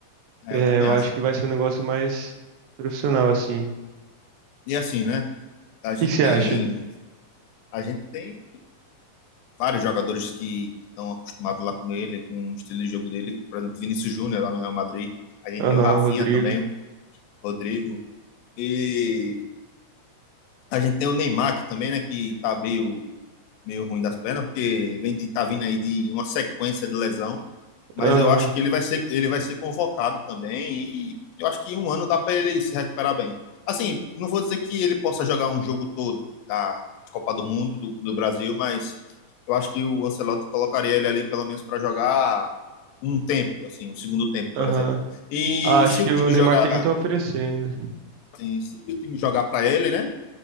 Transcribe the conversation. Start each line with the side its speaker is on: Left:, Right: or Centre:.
Left: É,
Right: É,
Left: eu também
Right: eu
Left: acho.
Right: acho
Left: cara.
Right: que vai ser um negócio mais profissional, assim. O
Left: E assim, né? A gente
Right: que que você
Left: tem
Right: acha?
Left: a gente tem vários jogadores que estão acostumados lá com ele, com o estilo de jogo dele, por exemplo, Vinícius Júnior lá no Real Madrid. A gente
Right: Aham,
Left: tem o Rafinha
Right: Rodrigo.
Left: também, o Rodrigo e a gente tem o Neymar que também, né, que tá meio meio ruim das pernas, porque vem de, tá vindo aí de uma sequência de lesão, mas
Right: Aham,
Left: eu acho que ele vai ser, ele vai ser convocado também e eu acho que em um ano dá para ele se recuperar bem. Assim, não vou dizer que ele possa jogar um jogo todo da Copa do Mundo, do, do Brasil, mas eu acho que o Ancelotti colocaria ele ali pelo menos para jogar um tempo, assim, um segundo tempo,
Right: aham.
Left: por exemplo. E
Right: Ah, acho
Left: se o
Right: que
Left: time
Right: o Neymar
Left: jogar,
Right: tem muito a oferecer ainda.
Left: assim, se o time jogar para ele, né?